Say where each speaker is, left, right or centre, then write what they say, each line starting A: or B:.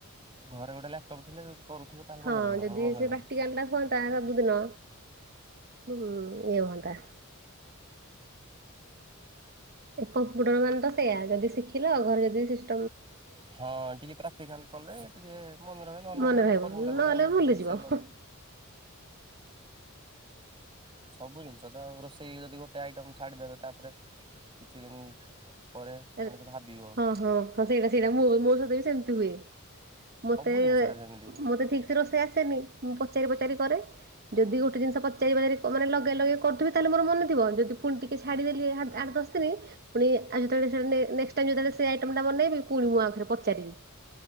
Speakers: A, on the right; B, on the right.
A: ଘରେ ଗୋଟେ ଲ୍ୟାପଟପ୍ ଥିଲେ ଯଦି କରୁଥିବ ତାହେଲେ ମନେ
B: ହଁ
A: ରହିବ
B: ଯଦି
A: ନହେଲେ ମନେ ରହିବନି।
B: ସେ ପ୍ରାକ୍ଟିକାଲ ଟା ହୁଅନ୍ତା ସବୁଦିନ ହଁ ଏତା ଏ କମ୍ପୁଟର ମାନେ ତ ସେଇୟା ଯଦି ଶିଖିଲ ଘରେ ଯଦି ସିସ
A: ହଁ ଟିକେ ପ୍ରାକ୍ଟିକାଲ କଲେ ଟିକେ ମନେ ରହେ ନହେଲେ ନାଇଁ
B: ମନେ ରହିବ
A: ଫର୍ମୁଲା ଗୁଡା
B: ନହେଲେ ଭୁଲିଯିବ
A: ଯଦି ଏକ୍ ସେଲ ବୋଲି ସବୁ ଜିନିଷ ତ ଆଉ ରୋଷେଇ ଯଦି ଗୋଟେ ଆଇଟମ୍ ଛାଡିଦେବେ, ତାପରେ କିଛି ଦିନି ପରେ
B: ଏ
A: ମଣିଷ ଭାବିବ
B: ହଁ ହଁ ହଁ ସେଇଟା ସେଇଟା ମୋ ସହିତ ବି ସେମିତି ହୁଏ ମତେ
A: ସବୁ ଜିନିଷରେ ସେମିତି
B: ମତେ ଠିକ୍ ସେ ରୋଷେଇ ଆସେନି ମୁଁ ପଚାରି ପଚାରି କରେ। ଯଦି ଗୋଟେ ଜିନିଷ ପଚାରିବାରେ ମାନେ ଲଗ <unintelligible> କରୁଥିବି ତାହେଲେ ମୋର ମନେଥିବ। ଯଦି ପୁଣି ଟିକେ ସେ ଛାଡିଦେଲି, ଆଠ ଦଶ ଦିନ ପୁଣି ଆଜି ଯ ନେ-ନେକ୍ସଟ୍ ଟାଇମ୍ ଯେତେ ବେଳେ ସେ ଆଇଟମ୍ ଟା ବନେଇବି ପୁଣି ମୁଁ ଆଉଥରେ ପଚାରିବି।